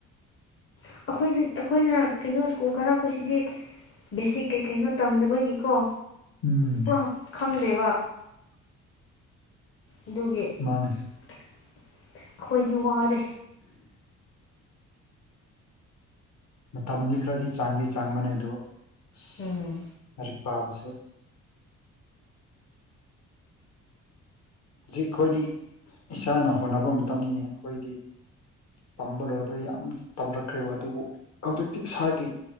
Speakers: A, on the left; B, on the left.
A: ꯑꯩꯈꯣꯏꯅ ꯑꯩꯈꯣꯏꯅ ꯀꯩꯅꯣ ꯁ꯭ꯀꯨꯜ ꯀꯥꯔꯛꯄꯁꯤꯗꯤ ꯕꯦꯁꯤꯛ ꯀꯩꯀꯩꯅꯣ ꯇꯝꯗꯕꯒꯤꯀꯣ
B: ꯎꯝ
A: ꯄꯨꯔꯥ ꯈꯪꯗꯦꯕ ꯑꯗꯨꯒꯤ
B: ꯃꯥꯅꯦ
A: ꯑꯩꯈꯣꯏꯗꯤ ꯋꯥꯔꯦ
B: ꯃꯇꯝꯗꯤ ꯈꯔꯗꯤ ꯆꯥꯡꯗꯤ ꯆꯥꯡꯕꯅꯦ ꯑꯗꯨ ꯑꯁ
A: ꯎꯝ
B: ꯂꯥꯏꯔꯤꯛ ꯄꯥꯕꯁꯨ ꯍꯧꯖꯤꯛ ꯑꯩꯈꯣꯏꯗꯤ ꯏꯁꯥꯅ ꯍꯣꯠꯅꯕ ꯃꯇꯝꯅꯤꯅꯦ ꯑꯩꯈꯣꯏꯗꯤ ꯇꯝꯕ ꯂꯣꯏꯕ ꯌꯥꯝ ꯇꯝꯂꯛꯈ꯭ꯔꯦꯕ ꯑꯗꯨꯕꯨ ꯍꯧꯖꯤꯛꯇꯤ ꯏꯁꯥꯒꯤ